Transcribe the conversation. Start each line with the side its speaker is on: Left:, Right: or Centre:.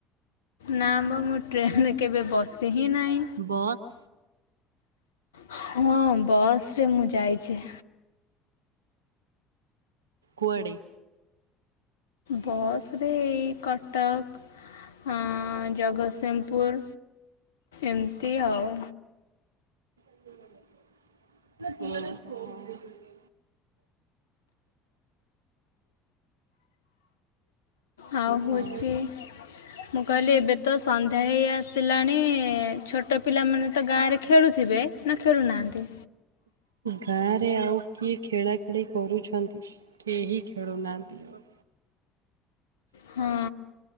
Left: ନା ବା ମୁଁ ଟ୍ରେନରେ କେବେ ବସି ହିଁ ନାହିଁ।
Right: ବସ୍
Left: ହଁ ବସରେ ମୁଁ ଯାଇଚି।
Right: କୁଆଡେ?
Left: ବସରେ କଟକ ହଁ ଜଗସିଂପୁର ଏମତି ଆଉ।
Right: ଓହୋ।
Left: ଆଉ ହଉଚି
Right: କଣ
Left: ମୁଁ କଇଲି ଏବେ ତ ସନ୍ଧ୍ୟା ହେଇ ଆସିିଲାଣି ଛୋଟ ପିଲାମାନେ ତ ଗାଁରେ ଖେଳୁଥିବେ ନା ଖେଳୁନାହାଁନ୍ତି?
Right: ଗାଁରେ ଆଉ କିଏ ଖେଳା ଖେଳି କରୁଛନ୍ତି? କେହି ଖେଳୁନାଆନ୍ତି ଆଉ।
Left: ହଁ